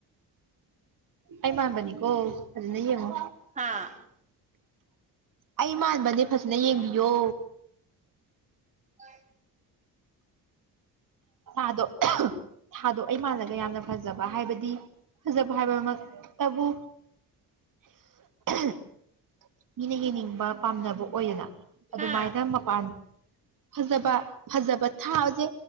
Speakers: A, on the right (about 55°); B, on the right (about 20°).
A: ꯑꯩꯩꯃꯥꯟꯕꯅꯤꯀꯣ ꯐꯖꯅ ꯌꯦꯡꯉꯣ
B: ꯍꯥꯥ
A: ꯑꯩ ꯃꯥꯟꯕꯅꯦ ꯐꯖꯅ ꯌꯦꯡꯕꯤꯌꯣ
B: ꯑ
A: ꯑꯗꯣ ꯊꯥꯗꯣ ꯑꯩ ꯃꯥꯜꯂꯒ ꯌꯥꯝꯅ ꯐꯖꯕ ꯍꯥꯏꯕꯗꯤ ꯐꯖꯕ ꯍꯥꯏꯕꯃꯛꯇꯕꯨ <unintelligible> ꯃꯤꯅ ꯌꯦꯡꯅꯤꯡꯕ ꯄꯥꯝꯅꯕ ꯑꯣꯏꯌꯦꯅ ꯑꯗꯨꯃꯥꯏꯅ
B: ꯍꯥ
A: ꯃꯄꯥꯟ ꯐꯖꯕ ꯐꯖꯕ ꯊꯥꯁꯦ